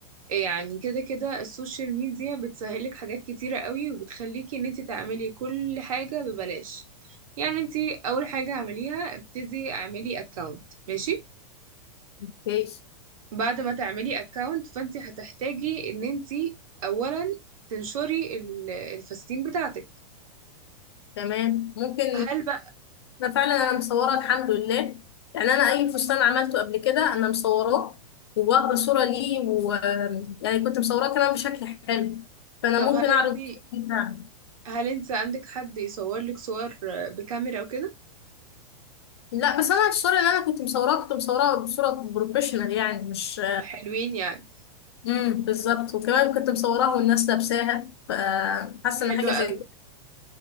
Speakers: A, on the right (about 60°); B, on the left (about 40°).
A: آه، يعني كده كده السوشيال ميديا بتسهلك حاجات كتيرة قوي وبتخليكي ان انت تعملي كل حاجة ببلاش يعني انت اول حاجة اعمليها ابتدي اعملي اكاونت ماشي
B: الكيس؟
A: بعد ما تعملي اكونت فانت هتحتاجي ان انت اولا تنشري ال- الفساتين بتاعتك
B: تمام ممكن
A: هل بقى
B: ده فعلا انا مصوره الحمد لله يعني انا اي فستان عملته قبل كده انا مصوراه وواخده صوره ليه و يعني كنت مصوراه كمان بشكل حلو فانا
A: طب هل
B: ممكن اعرض
A: انت
B: الصورة دي فعلا
A: هل انت عندك حد يصور لك صور بكاميرا وكده
B: لا بس انا الصوره اللي انا كنت مصوراه كنت مصوراه بصوره بروفيشنال يعني مش
A: حلوين يعني
B: امم بالظبط وكمان كنت مصوراها والناس لابساها فحاسه
A: حلوة
B: ان حاجه
A: قوي
B: زي